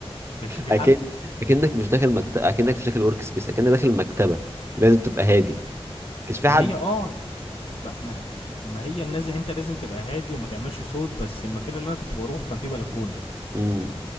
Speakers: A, on the left; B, on the right.
A: ما كانش في
B: اكن
A: حد
B: اكنك مش داخل مكتب اكنك مش داخل ورك سبيس اكنك داخل مكتبه لازم تبقى هادي كانش في
A: ما
B: حد
A: هي اه ب- ما ما هي الناس انت لازم تبقى هادي وما تعملش صوت بس المكان اللي انا كنت بروحه كان فيه بلكونه
B: امم